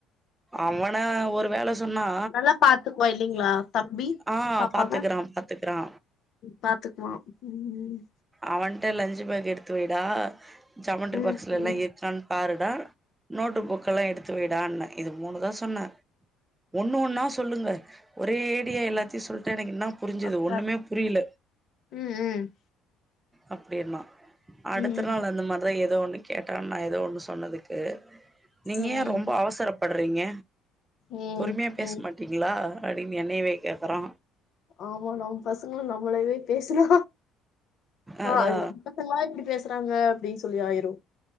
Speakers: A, on the right; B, on the left.
A: அவன ஒரு வேல சொன்னா
B: நல்லா பாத்துக்குவா இல்லீங்ளா தம்பி
A: ஆ
B: பாப்பாவ
A: பாத்துக்குறா பாத்துக்குறா
B: பாத்துக்குவா ம் ம்
A: அவன்ட லஞ்ச் பேகு எடுத்து வைடா ஜாமென்ட்ரி
B: ம்
A: பாக்ஸ்லெல்ல
B: ம்
A: <unintelligible> பாருடா நோட்டு புக்கெல்லா எடுத்துவைடான்னே இது மூணு தா சொன்ன ஒண்ணு ஒன்னா சொல்லுங்க ஒரேடியா எல்லாத்தியு சொல்ட்டா எனக் இன்னா புரிஞ்சிது
B: அத்தாதா
A: ஒண்ணுமே புரியில
B: ம் ம்
A: அப்டின்னா அடுத்த
B: ம்
A: நாள் அந்த மா ரி எதோ ஒன்னு கேட்டா நா எதோ ஒண்ணு சொன்னதுக்கு நீங்க
B: ம்
A: ஏ ரொம்போ அவசரப்ப ட்றிங்க
B: ம்
A: பொறும்யா பேச
B: ம்
A: மாட்டீங்ளா அ அப்டின்னு என்னயவே கேக்குறா
B: ஆமா நம் பசங்ளு நம்மளவே பேசுனா
A: அதா
B: ஆ அதுதா இவ்ங்ளா இப்பிடி பேசுறாங்க அப்டி சொல்லி ஆயிரு